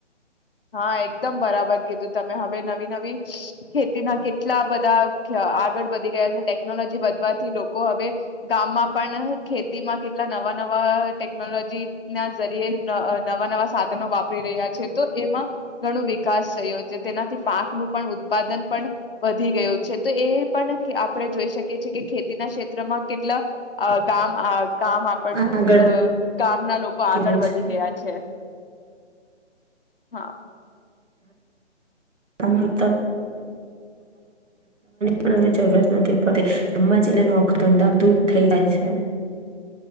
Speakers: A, on the left; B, on the right.
A: હા, એકદમ બરાબર કીધું તમે હવે નવી નવી ખેતીના કેટલા બધા આગળ વધી ગયા છે. ટેકનોલોજી વધવાથી લોકો હવે ગામમાં પણ ખેતીમાં કેટલા નવા નવા ટેકનોલોજી ના જરીયે નવા નવા સાધનો વાપરી રહ્યા છે, તો એમાં ઘણો વિકાસ થયો છે. તેનાથી પાકનું પણ ઉત્પાદન પણ, વધી ગયો છે તો એ પણ આપડણે જોઈ શકીએ કે ખેતીના ક્ષેત્રમાં કેટલા ગામ કામ આપું
B: આગળ
A: અ ગામના લોકો આગળ
B: રહ્યું
A: વધી
B: છે હા
A: ગયા છે. <inaudible> હા,
B: હની પણ હ જરૂરત નથી પડતી. ગમાં જઈને નોક ધંધાધૂ થઈ જાય છે.